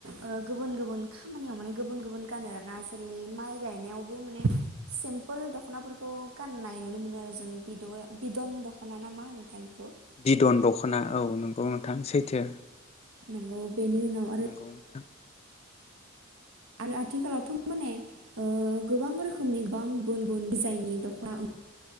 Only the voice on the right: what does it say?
ओ गुबुन गुबुन खामानियाव माने गुबुन गुबुन गानो आरोना जेरै माइ गायनायावबो माने सिमपोल दख'नाफोरखौ गाननाय नुनो मोनो। आरो जों बिदन दख'ना ना मा होनो थाय बे
नोंगौ बेनि उनाव आरो
आरो आथिखालावथ' माने ओ गोबां रोखोमनि गोबां गुबुन गुबुन डिजाइननि दख'ना ओं